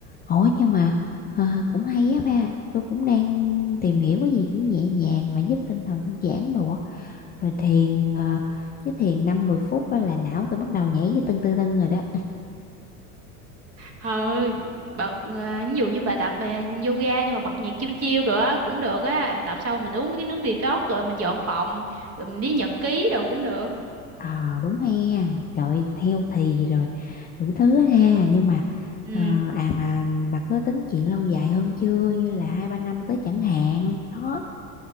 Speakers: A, on the left; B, on the right.
A: ủa nhưng mà ờ, cũng hay á ba tôi cũng đang tìm hiểu cái gì cũng nhẹ nhàng mà giúp tinh thần thư giãn đồ á rồi thiền ờ, chứ thiền năm mười phút á là não tôi bắt đầu nhảy với tưng tưng tưng rồi đó
B: thôi bật ờ, ví dụ như bà tập ờ, yoga nhưng mà bật nhạc chill chill rồi á cũng được á tập xong mình uống mấy cái nước detox rồi mình dọn phòng rồi mình đi nhật ký đồ cũng được
A: ờ đúng he trời theo thì rồi đủ thứ hết ha nhưng mà
B: ừ
A: ờ, à mà bà có tính chuyện lâu dài hơn chưa như là hai ba năm tới chẳng hạn đó